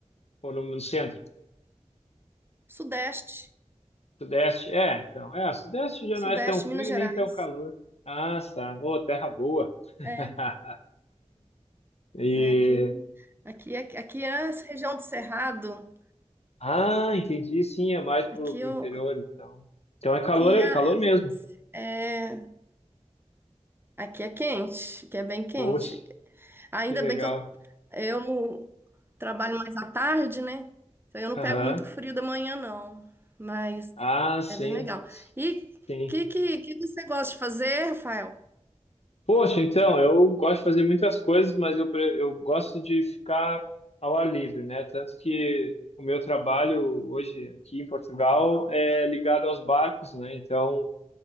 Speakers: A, on the left; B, on the right.
A: Ou no, no centro?
B: Sudeste.
A: Sudeste? É, então, é, o Sudeste já
B: Sudeste,
A: não é tão frio
B: Minas
A: e
B: Gerais.
A: nem tão calor. Ah, tá. Ô, terra boa. <laughs>
B: É,
A: E
B: é aqui, é aqui, aqui, aqui é essa região do Cerrado.
A: ah, entendi, sim, é mais pro,
B: Aqui,
A: pro
B: eu,
A: interior, então. Então é calor,
B: aqui,
A: é
B: é,
A: calor mesmo.
B: é- aqui é quente, aqui é bem quente.
A: Poxa,
B: Ainda
A: que legal.
B: bem que eu, eu trabalho mais à tarde, né? Então eu não
A: Aham.
B: pego muito frio da manhã, não. Mas
A: Ah, sim,
B: é bem legal. E
A: sim.
B: o que, que, que você gosta de fazer, Rafael?
A: Poxa, então, eu gosto de fazer muitas coisas, mas eu, pre- eu gosto de ficar ao ar livre, né? Tanto que o meu trabalho hoje aqui em Portugal é ligado aos barcos, né? Então,